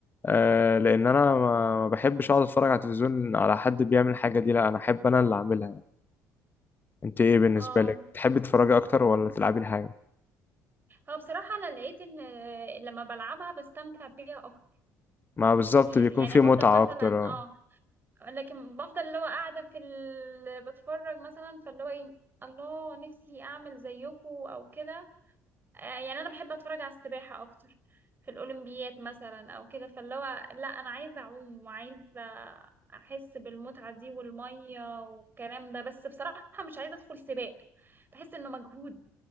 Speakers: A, on the left (about 30°); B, on the right (about 30°).
A: آه، لان انا ما ما بحبش اقعد اتفرج على التلفزيون على حد بيعمل الحاجه دي لا انا احب انا اللي اعملها يعني. انت ايه بالنسبه
B: اه
A: لك تحبي تتفرجي اكتر ولا تلعبي الحاجه
B: هو بصراحة انا لقيت ان آه، لما بلعبها بستمتع بيها اكتر
A: ما بالظبط
B: بكتير
A: بيكون
B: يعني
A: في
B: بفضل
A: متعه
B: مثلا
A: اكتر
B: اه
A: آه.
B: لكن بفضل اللي هو قاعدة في ال... بتفرج مثلا فاللي هو ايه الله نفسي اعمل زيكو او كده آه، يعني انا بحب اتفرج على السباحه اكتر في الاولمبيات مثلا او كده فاللي هو لا انا عايزه اعوم وعايزه احس بالمتعه دي والميه والكلام ده بس بصراحه مش عايزه ادخل سباق بحس انه مجهود